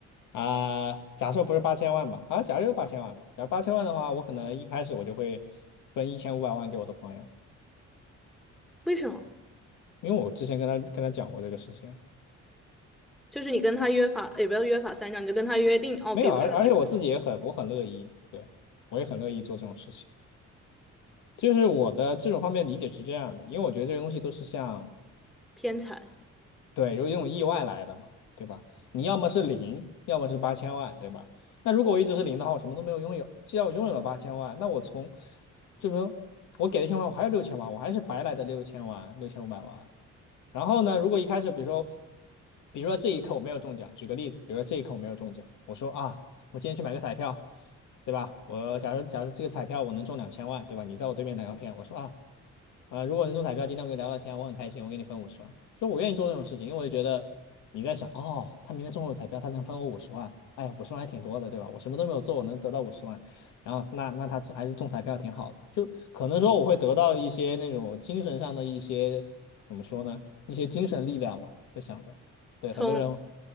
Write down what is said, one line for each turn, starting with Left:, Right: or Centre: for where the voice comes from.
Left: 啊，假设不是八千万吧，啊，假设有八千万吧，假如八千万的话，我可能一开始我就会分一千五百万给我的朋友，
Centre: 为什么？
Left: 因为我之前跟他跟他讲过这个事情，
Centre: 就是你跟他约法，也不要约法三章，你就跟他约定哦，
Left: 没有，
Centre: 比如说你们
Left: 而而且我自己也很，我很乐意，对，我也很乐意做这种事情。就是我的这种方面理解是这样的，因为我觉得这些东西都是像
Centre: 偏财，
Left: 对，有一种意外来的嘛，对吧？你要么是零，要么是八千万，对吧？那如果我一直是零的话，我什么都没有拥有。既然我拥有了八千万，那我从，就是说我给了一千万，我还有六千万，我还是白来的六千万，六千五百万。然后呢，如果一开始，比如说，比如说这一刻我没有中奖，举个例子，比如说这一刻我没有中奖，我说啊，我今天去买个彩票，对吧？我假如假如这个彩票我能中两千万，对吧？你在我对面打个片，我说啊，啊、呃如果能中彩票，今天我跟你聊聊天啊，我很开心，我给你分五十万。就我愿意做这种事情，因为我觉得你在想，哦，他明天中了彩票，他能分我五十万，哎，五十万还挺多的，对吧？我什么都没有做，我能得到五十万，然后那那他还是中彩票挺好的。就可能说我会得到一些那种精神上的一些怎么说呢，一些精神力量吧，会想着。对，很多人
Centre: 从